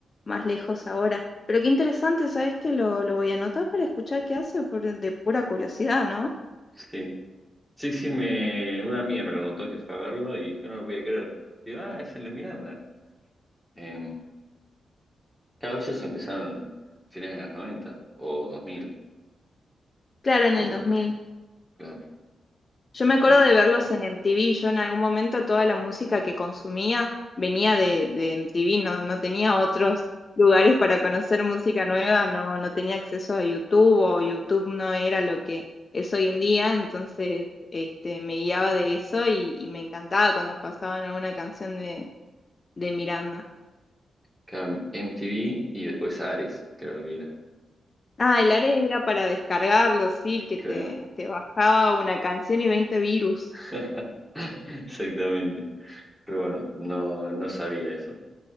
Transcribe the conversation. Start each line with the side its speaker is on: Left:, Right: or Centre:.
Left: más lejos ahora. Pero qué interesante, ¿sabés que lo, lo voy a anotar para escuchar qué hace por, de pura curiosidad, ¿no?
Centre: Sí, sí, sí, me, una amiga me lo contó que fue a verlo y yo no lo podía creer. Digo, ah, es el de Miranda. Eh, Claro, ellos empezaron a finales de los 90 o 2000
Left: Claro, en
Centre: creo.
Left: el dos mil.
Centre: Claro.
Left: Yo me acuerdo
Centre: Y
Left: de verlos en MTV. Yo en algún momento toda la música que consumía venía de, de MTV, no, no tenía otros lugares para conocer música nueva, no, no tenía acceso a YouTube o YouTube no era lo que es hoy en día, entonces este, me guiaba de eso y, y me encantaba cuando pasaban alguna canción de, de Miranda.
Centre: claro, MTV y después Ares, creo que era.
Left: Ah, el Ares era para descargarlo, sí, que
Centre: Claro.
Left: te, te bajaba una canción y 20 virus.
Centre: <laughs> Exactamente. Pero bueno, no, no sabía eso